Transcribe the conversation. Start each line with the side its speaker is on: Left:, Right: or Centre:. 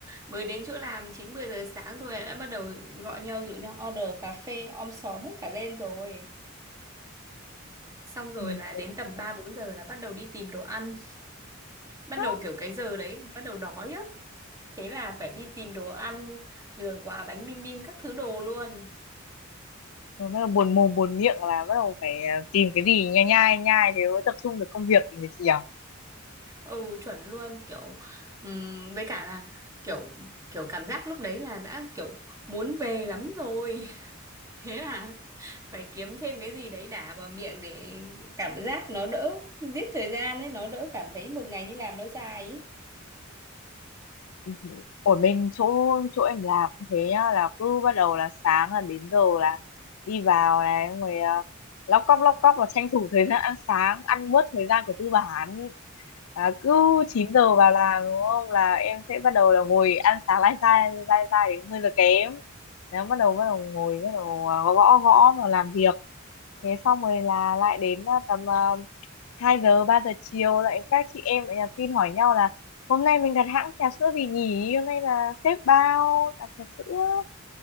Right: mới đến chỗ làm 9 10 giờ sáng thôi đã bắt đầu gọi nhau rủ nhau order cà phê om xóm hết cả lên rồi xong rồi
Left: Ừ,
Right: là đến tầm 3 4 giờ là bắt đầu đi tìm đồ ăn bắt
Left: đó.
Right: đầu kiểu cái giờ đấy bắt đầu đói á thế là phải đi tìm đồ ăn rồi quà bánh bim bim các thứ đồ luôn
Left: Rồi bắt đầu buồn mồm buồn miệng là bắt đầu phải ờ, tìm cái gì nhai nhai nhai thế mới tập trung được công việc nhỉ chị nhỉ?
Right: ừ chuẩn luôn kiểu ừm, với cả là kiểu kiểu cảm giác lúc đấy là đã kiểu muốn về lắm rồi <laughs> thế là phải kiếm thêm cái gì đấy đả vào miệng để cảm giác nó đỡ giết thời gian ấy nó đỡ cảm thấy một ngày đi làm nó dài ấy
Left: Ừ. Ở bên chỗ chỗ em làm cũng thế nhá là cứ bắt đầu là sáng là đến giờ là đi vào này xong rồi uh, lóc cóc lóc cóc và tranh thủ thời gian ăn sáng ăn bớt thời gian của tư bản à, cứ 9 giờ vào làm đúng không là em sẽ bắt đầu là ngồi ăn sáng lai dai lai dai đến mười giờ kém Đấy, bắt đầu bắt đầu ngồi bắt đầu à, gõ gõ gõ và làm việc thế xong rồi là lại đến ờ, tầm uh, 2 giờ 3 giờ chiều lại các chị em lại nhắn tin hỏi nhau là hôm nay mình đặt hãng trà sữa gì nhỉ hôm nay là sếp bao đặt trà sữa